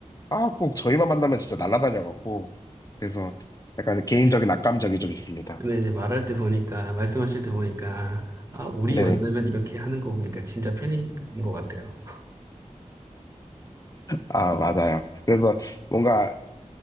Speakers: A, on the left; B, on the right.
A: 아, 꼭 저희만 만나면 진짜 날아다녀갖고. 그래서 약간 개인적인 악감정이 좀 있습니다.
B: 근데 이제 말할 때 보니까, 말씀하실 때 보니까, 아, 우리
A: 네네.
B: 만나면 이렇게 하는 거 보니까 진짜 팬인 것 같아요.
A: 아, 맞아요. 그래서 뭔가,